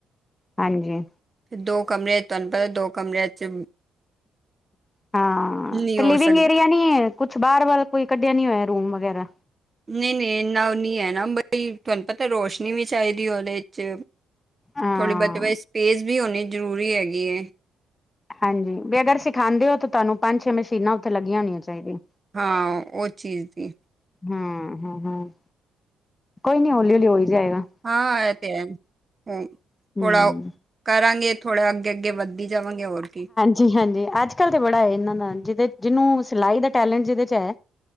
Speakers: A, on the left; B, on the right.
A: ਹਾਂਜੀ।
B: ਫ ਦੋ ਕਮਰੇਿਆਂ ਚ' ਤੁਹਾਨੂੰ ਪਤਾ ਦੋ ਕਮਰਿਆਂ ਚ'
A: ਹਾਂ।
B: ਨਹੀਂ
A: ਤੇ
B: ਹੋ
A: ਲਿਵਿੰਗ
B: ਸਕਦਾ
A: ਏਰੀਆ ਨੀ ਕੁਛ ਬਾਹਰ ਵੱਲ ਕੋਈ ਕੱਢਿਆ ਨੀ ਹੋਇਆ ਰੂਮ ਵਗੈਰਾ।
B: ਨਹੀਂ- ਨਹੀਂ ਇੰਨਾ ਨ ਹੈ ਨਾ ਬਈ ਤੁਹਾਨੂੰ ਪਤਾ ਰੋਸ਼ਨੀ ਵੀ ਚਾਹੀਦੀ ਉਹਦੇ ਚ'
A: ਹਾਂ
B: ਥੋੜ੍ਹੀ- ਬਤ ਬ ਸਪੇਸ ਵੀ ਹੋਣੀ ਜ਼ਰੂਰੀ ਹੈਗੀ।
A: ਹਾਂਜੀ। ਵੀ ਅਗਰ ਸਿਖਾਉਂਦੇ ਹੋ ਤਾਂ ਤੁਹਾਨੂੰ ਪੰਜ -ਛੇ ਮਸ਼ੀਨਾਂ ਉੱਥੇ ਲੱਗੀਆਂ ਹੋਣੀਆਂ ਚਾਹੀਦੀਆਂ।
B: ਹਾਂ। ਉਹ ਚੀਜ਼ ਦੀ।
A: ਹੂੰ, ਹੂੰ- ਹੂੰ, ਕੋਈ ਨੀ ਹੌਲੀ- ਹੌਲੀ, ਹੋ ਹੀ ਜਾਏਗਾ।
B: ਹਾਂ। ਇਹ ਤੇ ਹੈ। ਉਹ
A: ਹਮ
B: ਥੋੜਾ ਕਰਾਂਗੇ। ਥੋੜਾ ਅੱਗੇ- ਅੱਗੇ ਵੱਧ। ਦੇ, ਜਾਵਾਂਗੇ ਹੋਰ ਕੀ।
A: ਜੀ ਹਾਂਜੀ। ਅੱਜ ਕੱਲ ਤੇ ਬੜਾ ਹੈ, ਇਹਨਾਂ ਦਾ। ਜਿਹਦੇ ਜਿਹਨੂੰ, ਸਿਲਾਈ ਦਾ ਟੈਲੈਂਟ, ਜਿਹਦੇ ਚ ਹੈ।